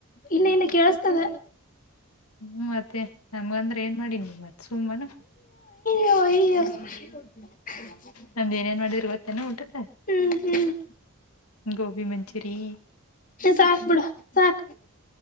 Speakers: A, on the left (about 35°); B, on the left (about 80°).
A: ಇಲ್ಲ ಇಲ್ಲ ಕೇಳಸ್ತದ
B: ಹ್ಮ್ ಮತ್ತೆ ನಮ್ಗ ಅಂದ್ರೆ ಏನ್ ಮಾಡಿನ ಮತ್ ಸುಮ್ಮನ
A: ಹ <unintelligible>
B: ನಮ್ದ ಏನೇನ್ ಮಾಡಿದ್ರ ಗೊತ್ತೇನ ಊಟಕ್ಕ
A: ಹ್ಮ್ ಹ್ಮ್
B: ಗೋಬಿ ಮಂಚೂರಿ
A: ಸಾಕ್ ಬಿಿಡ ಸಾಕ್